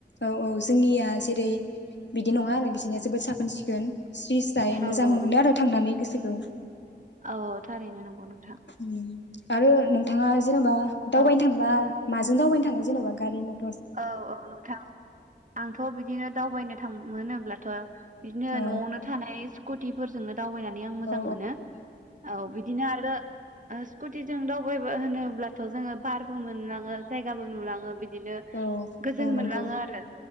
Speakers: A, on the left; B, on the right.
A: औ औ जोंनिया जेरै बिदि नङा आरो बिसनिया जोबोद साखो मोनसिगोन। स्रि स्राय
B: औ
A: मोजां
B: औ
A: मोनो
B: नंगौ
A: आरो थांनानै गोसो ज
B: औ थारैनो नंगौ नों।
A: उम आरो नोंथाङा जेनबा दावबायनो
B: औ
A: थांबा माजों दावबायनो थाङो जेनबा गारि म
B: औ औ नोंथां आंथ बिदिनो। दावबायनो थां मोनोब्लाथ। बिदिनो
A: औ
B: नआवनो थानाय कुटिफोरजोंनो दावबायनानै आं मोजां
A: औ
B: मोनो औ बिदिनो आरो ओ स्कुटिजों दावबायबा होनोब्लाथ जोङो बारबो मोनलाङो जायगाबो नुलाङो बिदिनो
A: औ
B: गोजोन
A: औ नंगौ
B: मोनलाङो आरो